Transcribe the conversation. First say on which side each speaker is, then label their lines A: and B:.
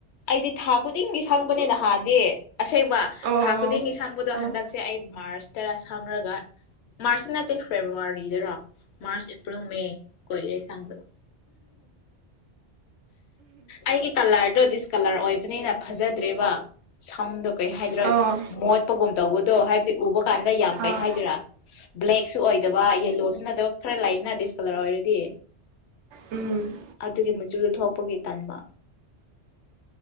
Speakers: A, on the left (about 75°); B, on the right (about 80°).
A: ꯑꯩꯗꯤ ꯊꯥ ꯈꯨꯗꯤꯡꯒꯤ ꯁꯪꯕꯅꯦ ꯅꯍꯥꯟꯗꯤ ꯑꯁꯦꯡꯕ
B: ꯑꯣ
A: ꯊꯥ ꯈꯨꯗꯤꯡꯒꯤ ꯁꯪꯕꯗꯣ
B: ꯑꯣ
A: ꯍꯟꯗꯛꯁꯦ ꯑꯩ ꯃꯥꯔꯁ ꯇꯔꯥ ꯁꯪꯉꯒ ꯃꯥꯔꯁꯀꯤ ꯅꯠꯇꯦ ꯐꯦꯕꯋꯥꯔꯤꯗꯔꯣ ꯃꯥꯔꯆ ꯑꯦꯄ꯭ꯔꯤꯜ ꯃꯦ ꯀꯨꯏꯔꯦ ꯁꯪꯗꯕ ꯑꯩꯒꯤ ꯀꯂꯔꯗꯣ ꯗꯤꯁꯀꯂꯔ ꯑꯣꯏꯕꯅꯤꯅ ꯐꯖꯗ꯭ꯔꯦꯕ ꯁꯝꯗꯣ ꯀꯩ ꯍꯥꯏꯗꯣꯏꯔꯣ
B: ꯑꯣ
A: ꯃꯣꯠꯄꯒꯨꯝ ꯇꯧꯕꯗꯣ ꯍꯥꯏꯕꯗꯤ ꯎꯕ ꯀꯥꯟꯗ ꯌꯥꯝ ꯀꯩ
B: ꯑꯥ
A: ꯍꯥꯏꯗꯣꯏꯔꯥ ꯕ꯭ꯂꯦꯛꯁꯨ ꯑꯣꯏꯗꯕ ꯌꯦꯜꯂꯣꯁꯨ ꯅꯠꯇꯕ ꯈꯔ ꯂꯥꯛꯏꯅ ꯗꯤꯁꯀꯣꯂꯔ ꯑꯣꯏꯔꯗꯤ
B: ꯎꯝ
A: ꯑꯗꯨꯒꯤ ꯃꯆꯨꯗꯨ ꯊꯣꯛꯄꯒꯤ ꯇꯟꯕ